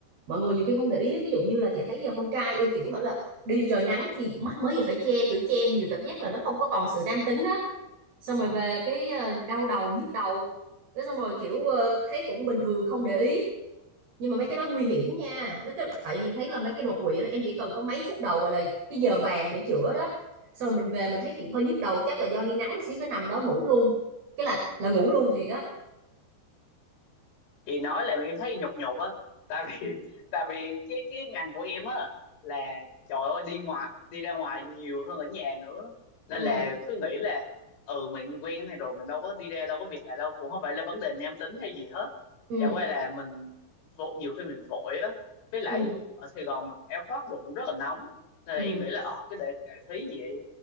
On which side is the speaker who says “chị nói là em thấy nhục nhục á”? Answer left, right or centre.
Left